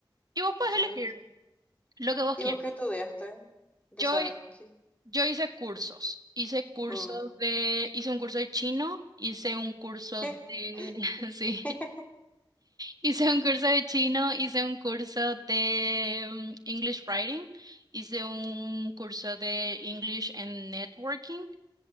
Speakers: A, on the right; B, on the left.
A: Y vos podés
B: ¿Estudios
A: elegir
B: de qué?
A: lo que vos
B: ¿Y
A: quieras.
B: vos qué estudiaste? O
A: Yo,
B: sea,
A: hi-
B: ¿qué?
A: yo hice cursos, hice cursos
B: Mm.
A: de, hice un curso de chino, hice un curso
B: ¿Qué?
A: de,
B: <laughs>
A: <laughs> sí, hice un curso de chino, hice un curso de mm, English Writing, hice un curso de English and Networking.